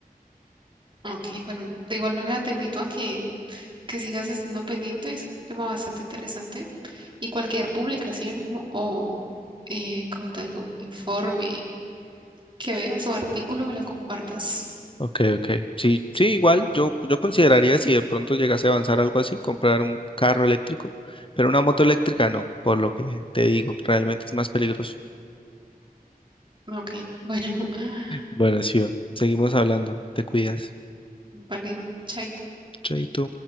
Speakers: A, on the right; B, on the left.
A: Ok, bueno, de igual manera te invito a que, que sigas estando pendiente. Es un tema bastante interesante. Y cualquier publicación ¿no? o, eh, como te digo, informe que veas o artículo me lo compartas.
B: Ok, ok. Sí, sí, igual yo, yo consideraría si de pronto llegase a avanzar algo así, comprar un carro eléctrico, pero una moto eléctrica no, por lo que te digo, realmente es más peligroso.
A: Ok, bueno, <laughs>
B: Bueno, sí, va. seguimos hablando, te cuidas.
A: vale, chaito.
B: Chaito.